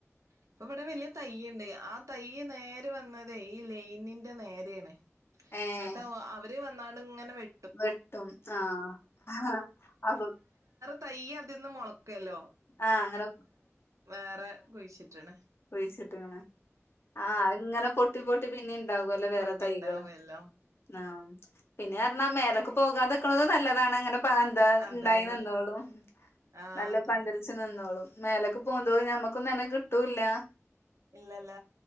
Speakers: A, on the right; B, on the left.
A: ഇപ്പൊ ഇവിടെ വലിയ തൈ ആ തയ്യ് നേര് വന്നത് ഈ ലൈനിന്റെ നേരെയാണ്
B: ഏഹ്
A: എന്നിട്ട് അവര് വന്നാട് ഇങ്ങനെ വെ
B: വെട്ടും ആഹ് ആ
A: തൈയ്യ് അതിൽ നിന്ന് മുളക്കല്ലോ
B: ആഹ് അങ്ങന
A: വേറെ കുഴിച്ചിട്ടണ
B: കുഴിയിച്ചിട്ടുങ്ങിന്ന് ആഹ് അങ്ങനെ പൊട്ടി പൊട്ടി പിന്നെ ഇണ്ടാകുമല്ലേ വേറെ
A: പൊട്ടിണ്ടാവല്ലോ
B: തൈകള് ആഹ പിന്നെ പറഞ്ഞാ മേലേക്ക് പോകാതിക്കണത് നല്ലതാണ് അങ്ങനെ ത്
A: അതാണ്
B: ഇണ്ടായി നിന്നോളും
A: ആഹ്
B: നല്ല
A: അതന്നെ
B: പന്ത വച്ച് നിന്നോളും മേലക്ക് പോകുന്തോറും ഞമ്മക്കൊന്നും അതിനെ കിട്ടൂല്ല.
A: ഇല്ലല്ല